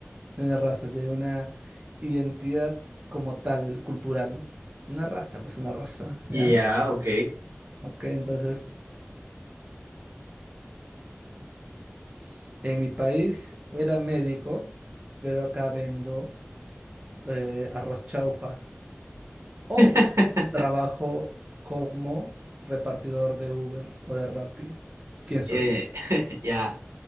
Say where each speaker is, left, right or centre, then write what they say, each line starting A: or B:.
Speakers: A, on the right; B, on the right.
A: de una raza, de una identidad como tal, cultural. Una raza, pues una raza, ¿ya?
B: Ya, ok.
A: Ok, entonces, s- en mi país era médico, pero acá vendo eh, arroz chaufa. O
B: <laughs>
A: trabajo como repartidor de Uber o de Rappi. ¿Quién soy?
B: Eh, <laughs> ya,